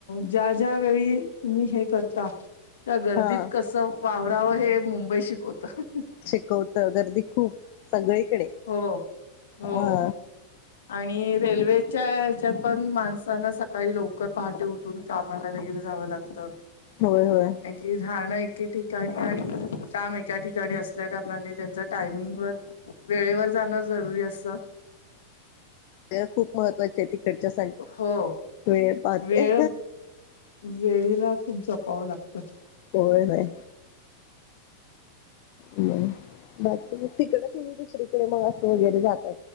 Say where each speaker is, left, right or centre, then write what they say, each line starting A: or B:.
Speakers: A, on the left; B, on the left.
A: ज्या ज्या वेळी तुम्ही हे करता त्या गर्दीत
B: हा
A: कस वावराव हे मुंबई शिकवतं.
B: शिकवत गर्दी खूप सगळीकडे
A: हो हो
B: हा
A: आणि रेल्वेच्या ह्याच्यात पण माणसांना सकाळी लवकर पहाटे उठ उठून कामाला वगैरे जावं लागत.
B: होय होय.
A: कारण की राहण एके ठिकाणी आणि काम एका ठिकाणी असल्या कारणाने त्यांचा टायमिंग वर वेळेवर जाणं जरुरी असत.
B: वेळ खूप महत्त्वाची आहे तिकडच्या साठी
A: हो
B: वेळ पाहते.
A: वेळ वेळीला खूप जपावं लागतं.
B: होय होय. म बाकी म तिकड तुम्ही दुसरीकडे मग असं वगैरे जाता